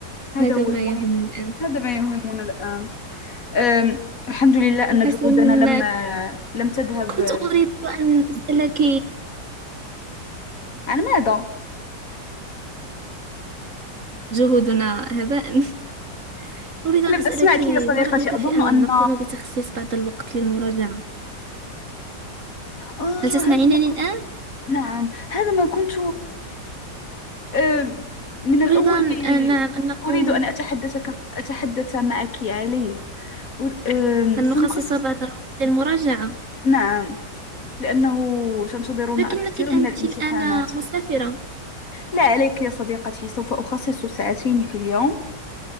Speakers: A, on the left; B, on the right.
A: هذا
B: هذا
A: هو
B: ما
A: المهم
B: يهم الآن
A: هذا ما يهمنا الآن آم، الحمد لله أن
B: حسنا
A: جهودنا لم آه، لم تذهب
B: كنت
A: آه،
B: أريد أن أسألك
A: عن ماذا؟
B: جهودنا هباء <laughs> أريد أن
A: لم
B: أسألك
A: أسمعك يا صديقتي
B: ما رأيك
A: أظن
B: في أن
A: أن
B: نقوم بتخصيص بعض الوقت للمراجعة
A: آه
B: هل تسمعينني
A: هذا ما كنت
B: الآن؟
A: نعم هذا ما كنت آم، من الأول
B: أريد أن أن- نعم أن نقوم
A: أريد أن أتحدث أتحدث معك عليه أر- آم،
B: أن
A: سنخصص
B: نخصص بعض الوقت للمراجعة
A: نعم لأنه سنتظرنا
B: لكنك
A: الكثير من
B: أنت
A: الامتحانات
B: الآن مسافرة
A: لا عليك يا صديقتي سوف أخصص ساعتين في اليوم